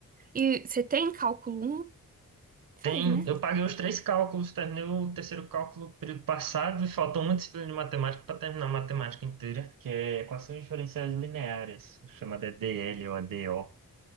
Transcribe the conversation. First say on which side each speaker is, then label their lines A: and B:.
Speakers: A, on the right (about 25°); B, on the right (about 65°).
A: E você tem cálculo um Fez,
B: Tem,
A: né?
B: eu paguei os três cálculos, terminei o terceiro cálculo no período passado e faltou uma disciplina de matemática para terminar a matemática inteira, que é equações diferenciais lineares, chamada DL ou ADO.